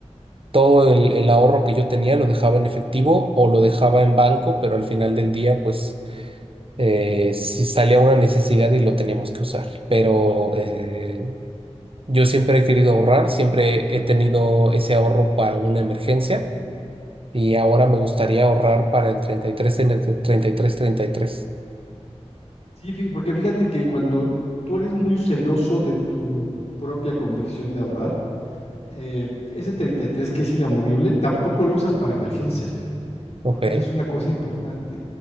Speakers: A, on the right; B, on the left.
A: todo el, el ahorro que yo tenía lo dejaba en efectivo o lo dejaba en banco, pero al final del día, pues, eh, si salía una necesidad y lo teníamos que usar, pero eh, Yo siempre he querido ahorrar, siempre he tenido ese ahorro para una emergencia y ahora me gustaría ahorrar para el treinta y tres treinta y tres, treinta y tres.
B: Sí, fí- porque fíjate que cuando tú eres muy celoso de tu propia convicción de ahorrar, eh, ese 33 que es inamovible, tampoco lo usas para emergencias, fíjate,
A: Ok,
B: porque esa es una cosa importante.